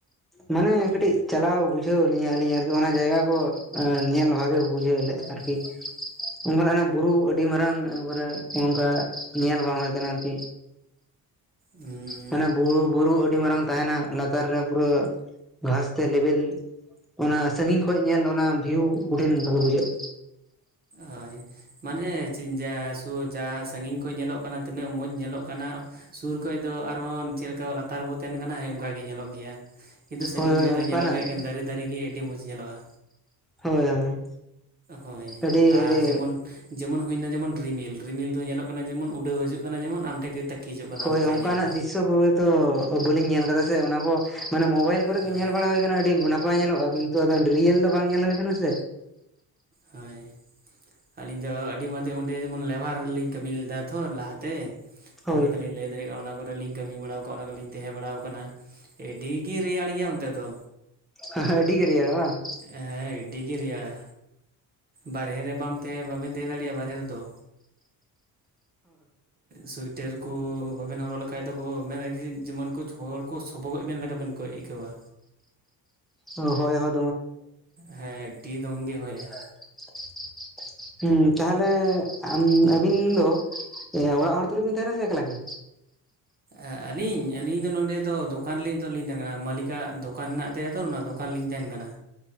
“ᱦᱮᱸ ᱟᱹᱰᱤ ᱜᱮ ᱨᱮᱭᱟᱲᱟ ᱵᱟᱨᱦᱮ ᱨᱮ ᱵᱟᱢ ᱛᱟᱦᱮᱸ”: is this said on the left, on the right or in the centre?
Right